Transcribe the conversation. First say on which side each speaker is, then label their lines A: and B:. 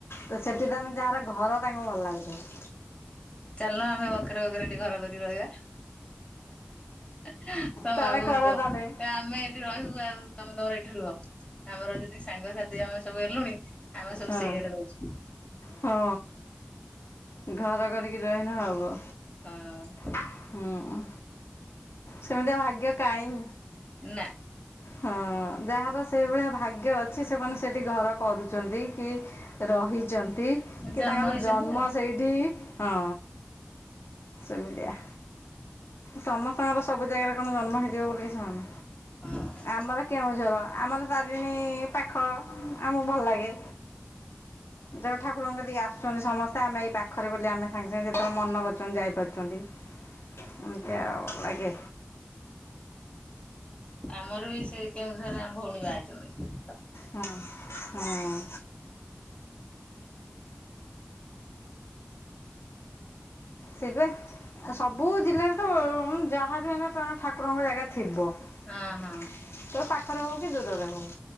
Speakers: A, on the left; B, on the left.
A: ତ ସେଠି ତାନେ ଯାହାର ଘର ତାଙ୍କୁ ଭଲ ଲାଗୁଥୁବ।
B: ଚାଲୁନ ଆମେ ବଖରେ ବଖରେ ଏଠି ଘର କରି ରହିବା ତମ
A: ତମେ
B: ବାବୁଙ୍କୁୁହ
A: କର ତାନେ
B: କୁଅ ଆମେ ଏଠି ରହିବୁ ଆଉ। ତମେ ତମର ଏଇଠି ରୁହ ଆମର ଯଦି ସାଙ୍ଗସାଥି ଆମେ ସବୁ ହେଲୁଣି ଆମେ ସବୁ
A: ହଁ
B: ସେଇଆଡେ ରହିଛୁ।
A: ହଁ ଘର କରିକି ରହିନେ ହବ।
B: ହଁ।
A: ହୁଁ ସେମିତିଆ ଭାଗ୍ୟ କାଇଁ?
B: ନା
A: ହଁ ଯାହାର ସେଇଭଳିଆ ଭାଗ୍ୟ ଅଛି ସେମାନେ ସେ କି ଘର କରୁଚନ୍ତି କି ରହିଚନ୍ତି କି
B: ଜନ୍ମ
A: ତାଙ୍କର
B: ହେଇଛନ୍ତି
A: ଜନ୍ମ
B: ଆଉ
A: ସେଇଠି? ହଁ ସେମିତିଆ। ସମସ୍ତଙ୍କର ସବୁ ଜାଗାରେ କଣ ଜନ୍ମ ହେଇଯିବ ବୋଲି କିଛି ମାନେ,
B: ହଁ।
A: ଆମର କେଉଁଝର। ଆମର ତାରିଣୀ ପାଖ ଆମୁକୁ ଭଲ ଲାଗେ। ଜଗା ଠାକୁରଙ୍କ କତିକି ଆସୁଚନ୍ତି ସମସ୍ତେ ଆମେ ଏଇ ପାଖରେ ବୋଲି ଆମେ ସାଙ୍ଗେ ସାଙ୍ଗେ ଯେତେବେଳେ ମନ କରୁଚନ୍ତି ଯାଇପାରୁ ଛନ୍ତି ଏମ୍ ତି ଆଉ ଲାଗେ।
B: ଆମର ବି ସେଇ କେଉଁଝରେ ଆମ ଭୋଉଣୀ ବାହା ହେଇଚନ୍ତି।
A: ହଁ ହଁ। ସେଇପା ସବୁ ଜିଲ୍ଲାରେ ତ ଯାହାବି ହେନେ କଣ ଠାକୁରଙ୍କ ଜାଗା ଥିବ ତ
B: ହଁ ହଁ
A: ପାଖରେ ହୋଉ କି ଦୂରରେ ହୋଉ।